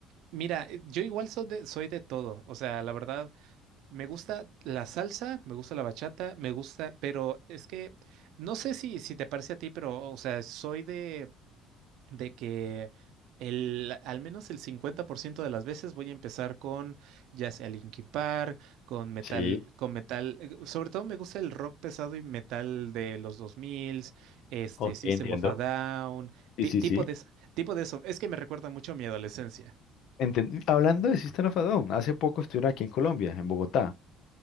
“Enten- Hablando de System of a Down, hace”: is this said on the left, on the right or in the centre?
Left